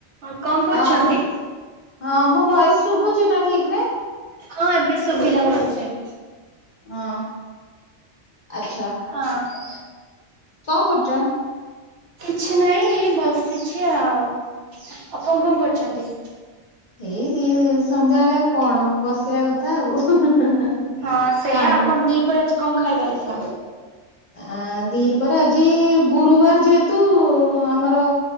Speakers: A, on the right (about 75°); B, on the left (about 50°).
A: ହଁ କଣ କରୁଚନ୍ତି?
B: ଅ ହଁ ମୋ ଭଏସ ଶୁଭୁଛିି ନା ଠିକ ରେ
A: ହଁ ଏବେ ସୁବିଧା ଭଲସେ।
B: ହଁ ଆଛା
A: ହଁ।
B: କଣ କରୁଚ?
A: କିଛି ନାଇଁ ବସିଚି ଆଉ ଆପଣ କଣ କରୁଚନ୍ତି?
B: ଏଇ ଦି ସନ୍ଧ୍ୟାବେଳେ ଆଉ କଣ ବସିବା କଥା ଆଉ <unintelligible>
A: ହଁ ସେଇଆ,
B: କାମ
A: ଆଉ କଣ ଦିପରେ ଆଜି କଣ ଖାଇବା ହେଇଥିଲା?
B: ଆ ଦିପହ ରେ ଆଜି ଗୁରୁବାର ଯେହେତୁ ଆମର